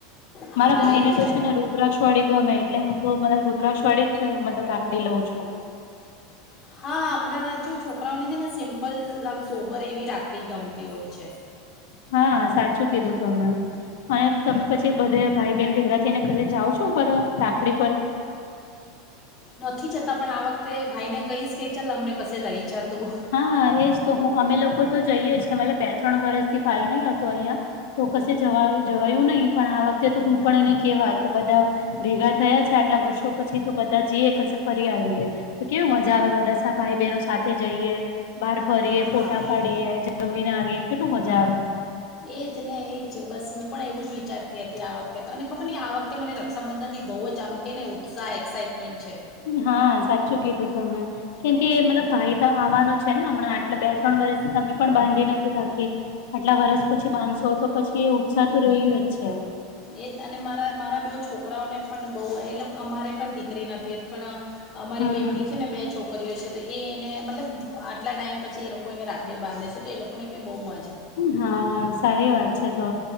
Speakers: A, on the left; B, on the left.
A: હા
B: મારા ભાઈ
A: એજ
B: ને તો છે ને રુદ્રાક્ષવાળી ગમે એટલે હું તો મતલબ રુદ્રાક્ષવાળી જ મતલબ રાખડી લઉં છું.
A: હા હમણાંના જો છોકરાઓને છે ને સિમ્પલ આમ સોબર એવી રાખ ડી ગમતી હોય છે.
B: હા સાચું કીધું તમે. અને તમે પછી બધે ભાઈ બહેન ભેગાં થઈને કશે જાઓ છો ફરવા રાખડી પર?
A: નથી જતાં પણ આ વખતે ભાઈને કહીશ કે ચાલ અમને કશે લઈ જા તું.
B: હા એજ તો હું અમે લોકો તો જઈએ છીએ મતલબ બે ત્રણ વર્ષથી ભાઈ નહીં હતો અહીંયાં. તો કશે જવા જવાયું નહીં પણ આ વખતે તો હું પણ એને કેવા કે બધાં ભેગા થયાં છે આટલા વર્ષો પછી તો બધાં જીએ કશે ફરી આવીએ તો કેવી મજા આવે બધાં. ભાઈ બહેનો સાથે. જઈએ બહાર ફરીએ,
A: હા
B: ફોટા પાડીએ, જમીને આવીએ કેટલું મજા આવે!
A: એજ ને એજ બસ હું પણ એવું જ વિચારતી હતી આ વખતે તો અને ખબર નઈ આ વખત મને રક્ષાબંધનની બવ જ આમ કે ને ઉત્સાહ એક્સાઈટમેન્ટ છે.
B: હા સાચું કીધું હતું કેમ કે મતલબ ભાઈ તો આવવાનો છે ને હમણાં આટલા બે ત્રણ વર્ષથી તમે પણ બાંધી નથી રાખી. આટલા વર્ષ પછી બાધશો તો પછી એ ઉત્સાહ તો રહયો જ છે.
A: એજ અને મારા મારા બેવ છોકરાઓને પણ બહુ એ લોક અમારે પણ દીકરી નથી પણ અમારી
B: હમ
A: બેનની છે ને બે છોકરીઓ છે તો એ એને મતલબ આટલા ટાઈમ પછી એ લોકો એને રાખડી બાંધે છે તો એ લોકોને બી બઉ મ
B: હા સારી વાત છે તો.